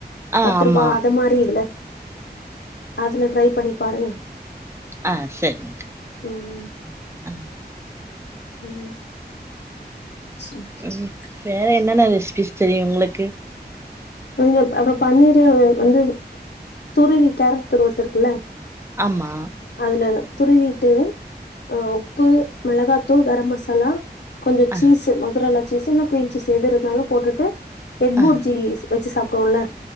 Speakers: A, on the right; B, on the left.
A: ஆ
B: பத்து
A: ஆமா
B: ரூபா அத மாரி இதுல அதுல ட்ரை பண்ணி பாருங்க
A: ஆ செரி
B: ம்.
A: அஹ் ஆ
B: ம் <inaudible>
A: ம் வேற என்னன்ன ரெசிபிஸ் தெரியூ உங்களுக்கு
B: உங்கப் அப்ப பன்னீரு வந்து துருவி கேரட் துருவ்றதுருக்குல்ல
A: ஆமா
B: அதுல துருவிட்டு ஆ உப்பு மிளகாத்தூள் கரம் மசாலா கொஞ்சோ
A: ஆ
B: சீஸு மொசரல்லா சீஸ் இன்னூ கிரீன் சீஸ் எது இருந்தாலு போட்டுட்டு எக்போர்ஜிஸ்
A: ஆ
B: வெச்சு சாப்புடோம்ல